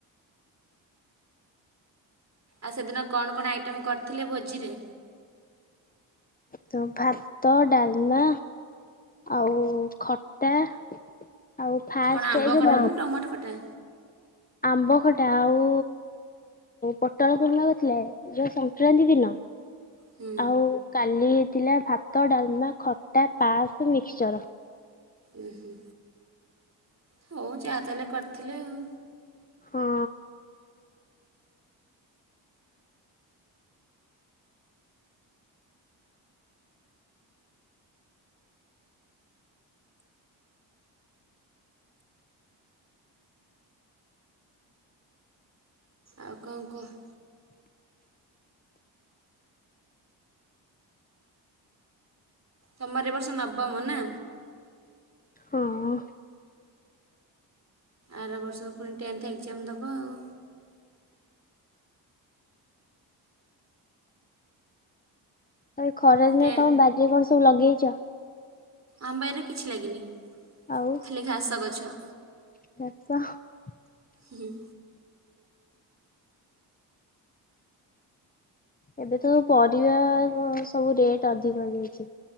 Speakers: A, on the right; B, on the left.
A: ଆଉ ସେଦିନ କଣ କଣ ଆଇଟମ୍ କରିଥିଲେ ଭୋଜିରେ?
B: ତ ଭାତ ଡାଲମା ଆଉ ଖଟା। ଆଉ ଫାଷ୍ଟ
A: କଣ ଆମ୍ବ
B: ଏଇ ଯୋଉ
A: ଖଟା
B: ମ
A: ନା ଟମାଟ ଖଟା?
B: ଆମ୍ବ ଖଟା ଆଉ ପୋଟଳ କିର୍ମା କରିଥିଲା, ଯୋଉ ସଂକ୍ରାନ୍ତି ଦିନ।
A: ହୁଁ
B: ଆଉ କାଲି ହେଇଥିଲା ଭାତ, ଡାଲମା, ଖଟା, ପାସ୍, ମିକ୍ସଚର।
A: ଉଁ ହୁଁ। ହଉ ଯାହା ତାହେଲେ କରିଥିଲେ ଆଉ।
B: ହଁ
A: ଆଉ କଣ କୁହ? ତମର ଏଇ ବର୍ଷ ନବମ ନା?
B: ହଁ
A: ଆର ବର୍ଷକୁ ପୁଣି ତେନ୍ଥ ଏକ୍ଜାମ ଦବ ଆଉ।
B: ଏଇ ଖରା ଦିନେ
A: ଟେନ୍
B: ତମ ବାରି ରେ ସ କୁ ଲଗେଚ।
A: ଆମ ବାଇରେ କିଛି ଲାଗିନି।
B: ଆଉ
A: ଖଲି ଘାସ ଗଛ।
B: <unintelligible>
A: ଉଁ ହୁଁ।
B: ଏବେ ତ ପରିବା ସବୁ ରେଟ ଅଧିକ ହେଇ ଯାଇଛି।